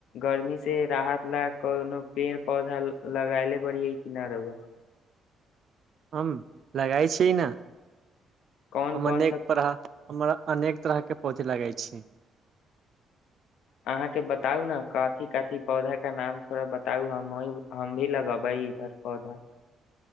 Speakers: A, on the left (about 85°); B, on the right (about 55°).
A: गर्मी से राहत ल कोनो पेड़ पौधा लगायले पड़िय कि नहि रौआ
B: हम लगाय छिय ने
A: कौन
B: हमर
A: कौन
B: नेक
A: सा
B: पर हमर अनेक तरह के पौधी लगा छी
A: अहाँके बताउ ने कथिी कथी पौधा के नाम थोड़ा बताउ हम हम भी लगेबे इधर पधा